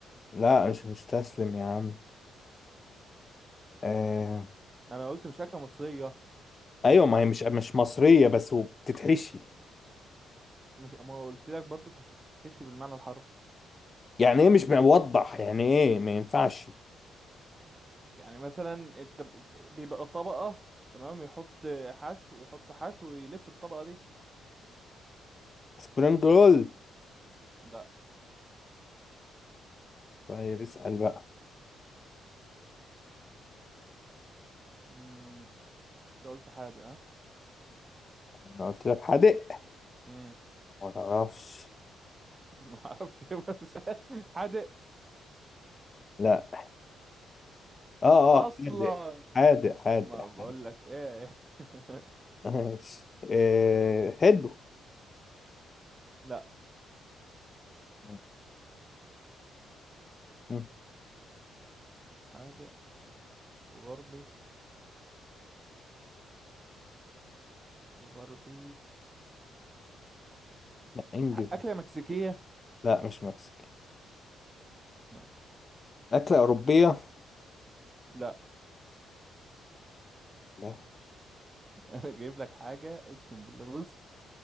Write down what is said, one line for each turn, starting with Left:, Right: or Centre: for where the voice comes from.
Left: لا مش مستسلم يا عم آه
Right: انا قلت مش أكلة مصرية
Left: ايوه ما هي مش مش مصريه بس وبتتحشي
Right: مش ما قلت لك برضك مش بتتحشي بالمعنى الحرفي
Left: يعني ايه مش موضح يعني ايه ما ينفعش
Right: يعني مثلا انت ب- بيبقى طبقة تمام يحط حشو يحط حشو ويلف الطبقة دي
Left: سبرينج رول
Right: لا
Left: طيب اسال بقى
Right: امم انت قلت حادق ها
Left: انا قلت لك حادق
Right: امم
Left: ما تعرفش
Right: <laughs> ما اعرفش إيه بس <laughs> حادق
Left: لا اه
Right: اصلا
Left: اه حادق حادق حادق
Right: ما
Left: حادق
Right: بقول لك ايه <laughs> ماشي
Left: <laughs> ماشي آه حلو
Right: لا
Left: <laughs> مم.
Right: حادق وغربي غربي
Left: لا، انجز
Right: أكلة مكسيكية
Left: لا مش مكسيكي
Right: ماشي
Left: اكله اوروبيه
Right: لا
Left: لا
Right: <laughs> أنا جايب لك حاجة أقسم بالله بص